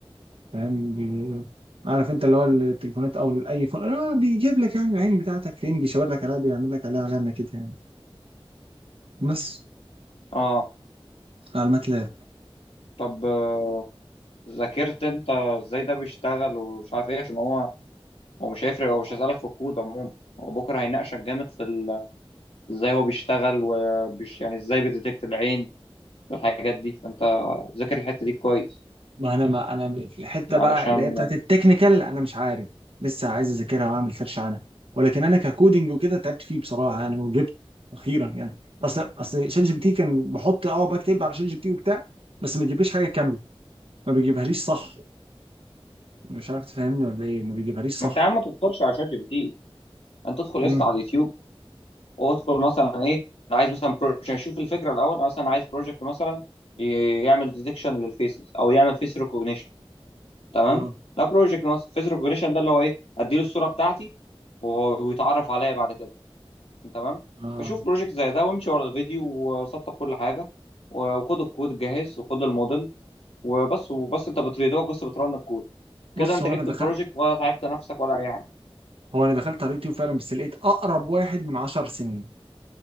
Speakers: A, on the right; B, on the left.
A: فاهم بي- عارف انت اللي هو التليفونات او اي فون آه بيجيب لك يعني العين بتاعتك فين بيشاور لك عليها بيعمل لك عليها علامه كده يعني بس
B: اه
A: على الماتلاب
B: طب آه، ذاكرت انت ازاي ده بيشتغل ومش عارف ايه عشان هو هو مش هيفرق هو مش
A: ف...
B: هيسالك في الكود عموما هو بكره هيناقشك جامد في ال... ازاي هو بيشتغل وبيش يعني ازاي بيديتكت العين والحاجات دي فانت ذاكر الحته دي كويس
A: ما انا ما انا في الحته
B: علشان
A: بقى اللي هي بتاعت التكنيكال انا مش عارف لسه عايز اذاكرها واعمل سيرش عنها ولكن انا ككودنج وكده تعبت فيه بصراحه يعني وجبت اخيرا يعني اصل اصل شات جي بي تي كان بحط اه بكتب على شات جي بي تي وبتاع بس ما بيجيبليش حاجه كامله ما بيجيبهاليش صح مش عارف تفهمني ولا ايه ما بيجيبهاليش صح
B: ما انت يا عم ما تدخلش على شات جي بي تي انت تدخل
A: امم
B: لسه على اليوتيوب وادخل مثلا ايه انا عايز مثلا بروجكت اشوف الفكره الاول انا مثلا عايز بروجكت مثلا ي- يعمل ديتكشن للفيسز او يعمل فيس ريكوجنيشن تمام
A: اه
B: لا بروجكت مثلا فيس ريكوجنيشن ده اللي هو ايه اديله الصوره بتاعتي وهو- ويتعرف عليا بعد كده تمام
A: اه
B: فشوف بروجكت زي ده وامشي ورا الفيديو وسطب كل حاجه و- وخد الكود الجاهز وخد الموديل وبس وبس انت بتريدوك بس بترن الكود كده
A: بص
B: انت
A: هو
B: جبت
A: انا دخلت
B: البروجكت ولا تعبت نفسك ولا اي حاجه
A: هو انا دخلت على اليوتيوب فعلا بس لقيت اقرب واحد من 10 سنين